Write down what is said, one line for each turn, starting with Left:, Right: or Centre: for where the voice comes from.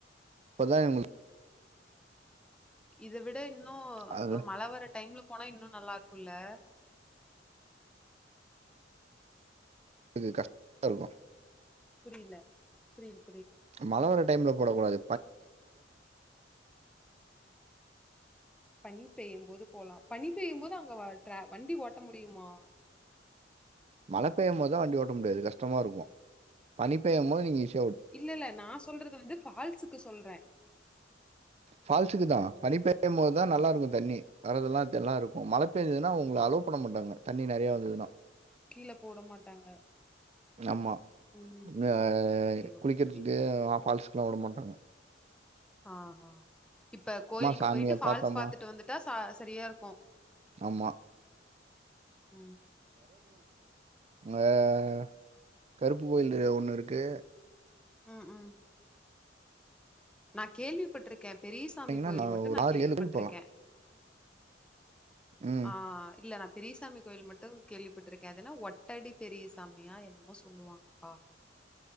Right: இப்பதா உங்களு
Centre: இதவிட ‌இன் போ
Right: அது
Centre: மழை வர டைம்ல போன இன்னும் நல்லா இருக்கும்ல்ல
Right: அதுக்கு கஷ்டா இருக்கும்
Centre: புரியல புரியல
Right: மழை வர டைம்ல போடக்க கூடாது
Centre: பனி பொய்யும்போது போலாம் பனி பெய்யும்போது வண்டி ஓட்ட முடியுமா
Right: மழை பெய்யும்போது தான் வண்டி ஓட்ட முடியாது கஷ்டமா இருக்கும் பனி பெய்யும்போது நீங்க ஈசி
Centre: இல்ல இல்ல நா சொல்றது வந்து பால்ஸ் கு சொல்றேன்
Right: பால்ஸ்க்கு தான் பனி பெய்யும் போதுதான் நல்லா இருக்கும் தண்ணி வரதெல்லாம் எல்லாம் இருக்கும் மழை பெய்ஞ்சதுன்னா அவங்களை அலோவு பண்ண மாட்டாங்க தண்ணி நிறைய வந்ததுதான்
Centre: கீழ போட மாட்டாங்க
Right: ஆமா
Centre: ம்
Right: ஆஹ்
Centre: ஓகே ஓகே
Right: குளக்கிறதுக்கு
Centre: புரியுது
Right: பால்ஸ்கெல்லாம் விட மாட்டோம் ஆமா
Centre: ஆஹ் ஹ் இப்ப கோயிலுக்கு
Right: சாமியை
Centre: போயிட்டு பால்ஸ்
Right: பார்த்தோமா
Centre: பாாரத்துட்டு வந்துட்டா ச சரியா இருக்கும்
Right: ஆமா
Centre: உம்
Right: ஆஹ் கருப்பு கோவில் ஒன்னு இருக்கு
Centre: உம் உம் நா கேள்விப்பட்டிருக்கேன் பெரியசாமி
Right: பார்த்தீங்கன்னா
Centre: கோவில்
Right: நான்
Centre: மட்டும்
Right: ஒரு
Centre: நா
Right: ஆறு
Centre: கேள்விப்பட்டு
Right: ஏழு கோயில் போகலாம்
Centre: இருக்கேன்
Right: ம்
Centre: ஆஹ் இல்ல நான் பெரியசாமி கோயில் மட்டும் கேள்வி பட்டுருக்கேன் அதன்னா ஒட்டடி பெரிய சாமியா என்னமோ சொல்லுவாங்கப்பா